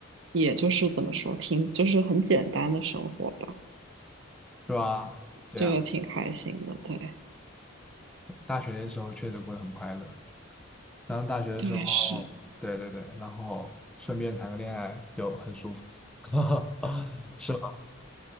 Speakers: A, on the right (about 60°); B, in the centre.
A: 也就是怎么说，挺就是很简单的生活吧，
B: 是吧？对啊。
A: 就也挺开心的。对，
B: 大学的时候确实过得很快乐，然后大学的时候，
A: 对，是。
B: 对对对，然后顺便谈个恋爱就很舒服，<laughs> 是吗？